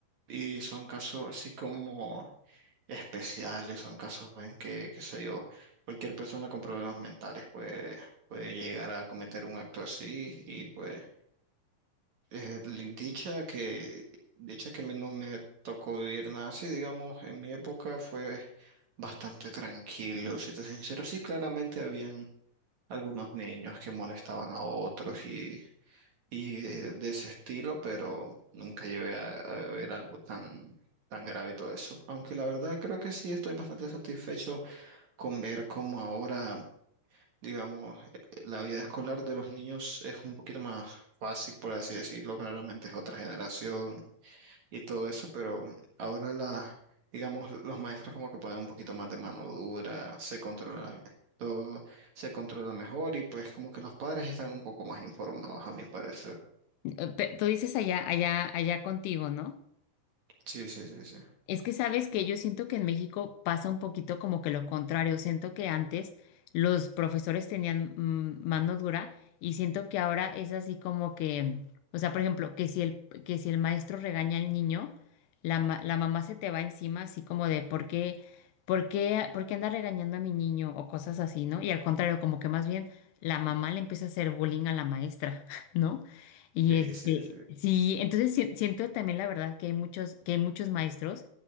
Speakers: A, on the right; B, on the left.
A: y son casos así como especiales, son casos en que, qué sé yo, cualquier persona con problemas mentales puede, puede llegar a cometer un acto así y pues eh, li- dicha que, dicha que a mí no me tocó vivir nada así, digamos, en mi época fue bastante tranquilo, si te soy sincero. Sí, claramente habían algunos niños que molestaban a otros y, y de, de ese estilo, pero nunca llevé a, a ver algo tan, tan grave y todo eso. Aunque la verdad creo que sí estoy bastante satisfecho con ver cómo ahora digamos, eh, la vida escolar de los niños es un poquito más fácil, por así decirlo, claramente es otra generación y todo eso, pero mm, ahora la, digamos, los maestros como que ponen un poquito más de mano dura, se controlan todo, se controla mejor y pues como que los padres están un poco más informados, a mi parecer.
B: Eh, pe- Tú dices allá, allá, allá contigo, ¿no?
A: Sí, sí, sí, sí.
B: Es que sabes que yo siento que en México pasa un poquito como que lo contrario. Siento que antes los profesores tenían mm, mano dura y siento que ahora es así como que, o sea, por ejemplo, que si el, que si el maestro regaña al niño, la, ma- la mamá se te va encima así como de ¿por qué, por qué, por qué anda regañando a mi niño? o cosas así, ¿no? Y al contrario, como que más bien la mamá le empieza a hacer bullying a la maestra, <laughs> ¿no? Y
A: Sí,
B: este,
A: sí, sí.
B: sí, entonces si- siento también la verdad que hay muchos, que hay muchos maestros